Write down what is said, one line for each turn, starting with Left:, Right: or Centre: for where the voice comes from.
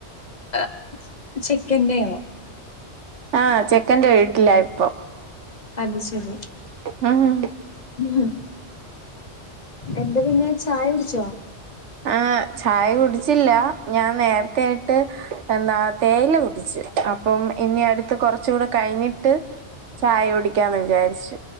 Left: ഏഹ്, ചെക്കെന്റെയോ?
Right: ആഹ്, ചെക്കന്റെ വീട്ടില ഇപ്പം
Left: അത് ശെരി
Right: <unintelligible>
Left: <unintelligible> എന്താ പിന്നെ ചായുട്ച്ചോ
Right: ആഹ്, ചായ കുടിച്ചില്ല. ഞാൻ നേരത്തെ ആയിട്ട് എന്താ തേയില കുടിച്ച്. അപ്പം ഇഞ്ഞ് അടുത്ത് കൊറച്ചൂടെ കഴിഞ്ഞിട്ട് ചായ കുടിക്കാന്ന് വിചാരിച്ച്,